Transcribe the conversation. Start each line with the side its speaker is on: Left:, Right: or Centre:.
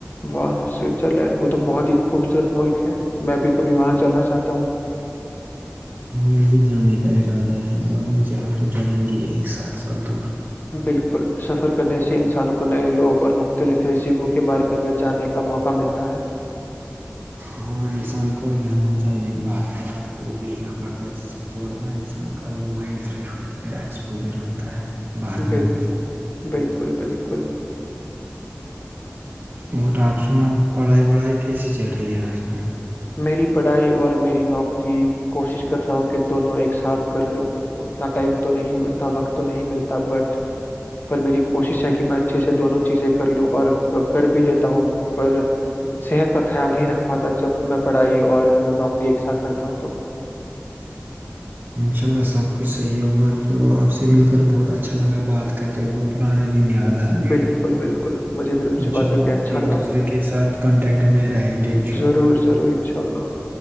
Left: واہ سوئٹزر لینڈ وہ تو بہت ہی خوبصورت ملک ہے میں بھی کبھی وہاں جانا چاہتا ہوں
Right: ہاں یہی جانے کا ارادہ ہے اللہ نے چاہا تو جائیں گے ایک ساتھ ساتھ دور
Left: بالکل سفر کرنے سے انسانوں کو نئے لوگ اور مختلف تہذیبوں کے بارے میں جاننے کا موقع ملتا ہے
Right: ہاں انسان کو جاننا چاہیے بار بار وہ دیکھنا پڑتا ہے اس سے تھوڑا نا انسان کا وہ مائنڈ فریش ہوتا ہے ایکسپوجر ملتا ہے باہر جانے
Left: بال بالکل بالکل
Right: اور آپ سنا پڑھائی وڑھائی کیسی چل رہی ہے آج کل
Left: میری پڑھائی اور میری نوکری کوشش کر رہا ہوں کہ دونوں ایک ساتھ کر لوں اتنا ٹائم تو نہیں اتنا وقت تو نہیں ملتا بٹ پر میری کوشش ہے کہ میں اچھے سے دونوں چیزیں کر لوں اور کر بھی لیتا ہوں پر صحت کا خیال نہیں رکھ پاتا جب میں پڑھائی اور نوکری ایک ساتھ کرتا ہوں تو
Right: انشاء اللہ سب کچھ صحیح ہوگا چلو آپ سے مل کر بہت اچھا لگا بات کرتے وہ پرانے دن یاد د آ گئے
Left: بالکل بالکل مجھے بھی تم سے
Right: انشاء
Left: بات
Right: اللہ
Left: کر کے اچھا
Right: ایک
Left: لگا
Right: دوسرے کے ساتھ کانٹیکٹ میں رہیں گے انشاء
Left: ضرور
Right: اللہ
Left: ضرور انشاءاللہ